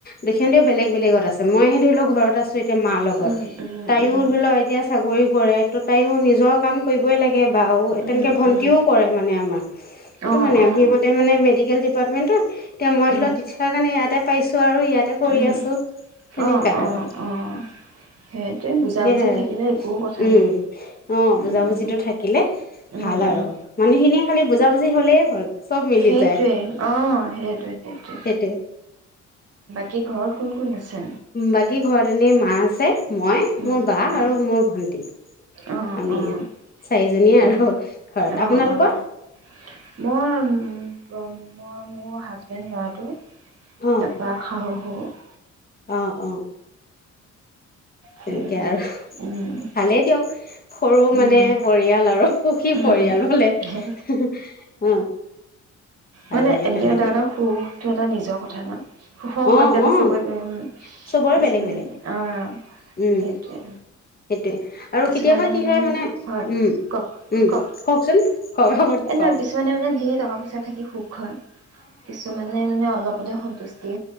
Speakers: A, on the left; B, on the right.
A: তেখেতেঁও বেলেগ বেলেগত আছে। মইহে ধৰি ল ঘৰত আছোঁ এতিয়া মাৰ লগত,
B: উম, উম,
A: তাইও
B: উম,
A: ধৰি ল এতিয়া চাকৰি কৰে। তো তাইও নিজৰ কাম কৰিবই লাগে। বাউ এ
B: উম,
A: তেন কে ভন্টিও
B: উম,
A: কৰে মানে আমাৰ। সিটো
B: অ',
A: মানে
B: অ',
A: সিহঁতে মানে মেডিকেল ডি পাৰ্টমেণ্টৰ তে মই
B: উম,
A: তাৰ কাৰণে ইয়াতেই পাইছোঁ আৰু ইয়াতেই কৰি
B: উম,
A: আছোঁ। তেনেকা
B: অ',
A: আৰু
B: অ', অ', সেইটোৱে বুজাবুজি
A: সেইয়াই
B: থাকিলে একো কথা
A: উম
B: নাই।
A: অ বুজা
B: উম,
A: বুজিটো থাকিলে
B: উম,
A: ভাল
B: উম,
A: আৰু মানুহখিনিয়ে খালি বুজাবুজি হ'লেই হ'ল। চব মিলি
B: সেইটোৱেই
A: যায়
B: অ সেইটোৱে সেইটোৱে
A: সেইটোৱে।
B: কি ঘৰত কোন কোন আছে?
A: বাকী ঘৰত এনেই মা আছে, মই,
B: উম,
A: মোৰ বা,
B: উম,
A: আৰু মোৰ ভন্টি।
B: অ'
A: আমি
B: অ'
A: চাৰিজনীয়ে আৰু
B: উম্‌
A: ঘৰত। আপোনালোকৰ?
B: অ' অ'- মই- প মই, মোৰ হাজবেণ্ড ল'ৰাটো
A: অ',
B: তাৰপৰা শাহুু-শহুৰ
A: অ' উ
B: সেয়া
A: তেনেকে আৰু-
B: উম,
A: ভালেই দিয়ক। সৰু
B: উম,
A: মানে পৰিয়াল আৰু। সুখী
B: উম,
A: পৰিয়ালো। হলে- সেহহে
B: সেই
A: অ'- ভাল
B: মানে
A: লাগে
B: এনে
A: তেনেকে।
B: এটা এটা সুখ-টো এটা নিজৰ কথা ন? সুখৰ
A: অ',
B: সংজ্ঞাটো
A: অ',
B: চবৰে-উম্‌-কিছুমান-আ'
A: চবৰে বেলেগ বেলেগ।
B: সেইটোৱে।
A: উম, সেইটোৱে আৰু
B: কিছুমানে
A: কেতিয়াবা কি
B: মানে
A: হয় মানে-উম্‌-উম্‌
B: হয় কওক কওক
A: কওঁকচোন কওক আপুনি
B: এই নহয়
A: কওঁক।
B: কিছুমানে মানে ধেৰ টকা পইচা থাকি সুখ হয়। কিছুমানে মানে অলপতে সন্তুষ্ট-